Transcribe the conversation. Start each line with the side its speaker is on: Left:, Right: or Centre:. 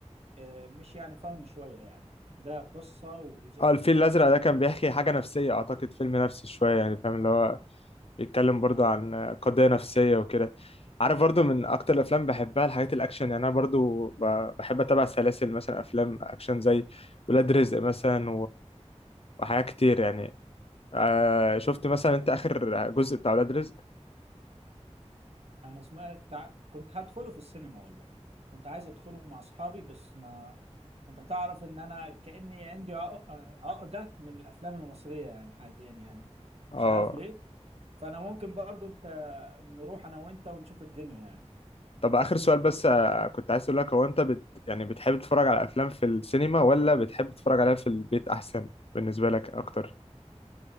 Right: آه، مش يعني فاهم شوية يعني ده قصة وز... وأنت
Left: اه الفيل الازرق
Right: أكيد
Left: ده كان بيحكي حاجه نفسيه اعتقد فيلم نفسي شويه يعني فاهم اللي هو بيتكلم برضو
Right: آه
Left: عن قضيه نفسيه وكده عارف برضو من اكتر الافلام بحبها الحاجات الاكشن يعني انا برضو ب- بحب اتابع سلاسل مثلا افلام اكشن زي ولاد رزق مثلا وحاجات كتير يعني آه شفت مثلا انت اخر جزء بتاع ولاد رزق
Right: أنا سمعت تع- كنت هدخله في السينما والله كنت عايز أدخله مع أصحابي بس ما أنت تعرف إن أنا كأني عندي عق- آه، عقدة من الأفلام المصرية يعني حاليا يعني
Left: اه
Right: مش عارف ليه فانا ممكن برضو انت نروح انا وانت ونشوف الدنيا يعني
Left: طب اخر سؤال بس آه، كنت عايز اقول لك هو انت بت يعني بتحب تتفرج على افلام في السينما ولا بتحب تتفرج عليها في البيت احسن بالنسبه لك اكتر